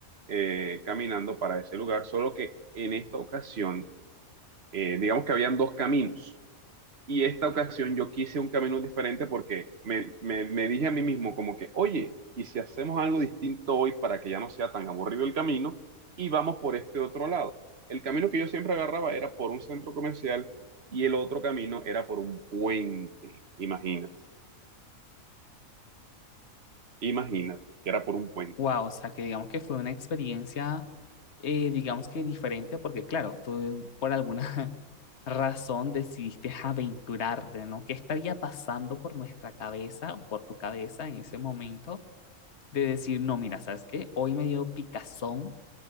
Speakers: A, on the right; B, on the left.
A: eh, caminando para ese lugar, solo que en esta ocasión, eh, digamos que habían dos caminos. Y esta ocasión yo quise un camino diferente porque me, me, me dije a mí mismo como que, oye, ¿y si hacemos algo distinto hoy para que ya no sea tan aburrido el camino y vamos por este otro lado? El camino que yo siempre agarraba era por un centro comercial y el otro camino era por un puente. Imagínate, imagínate que era por un puente.
B: Wow, o sea, que digamos que fue una experiencia eh, digamos que diferente, porque claro, tú por alguna, <laughs> razón decidiste aventurarte, ¿no? ¿Qué estaría pasando por nuestra cabeza o por tu cabeza en ese momento de decir, no, mira, ¿sabes qué? Hoy me dio picazón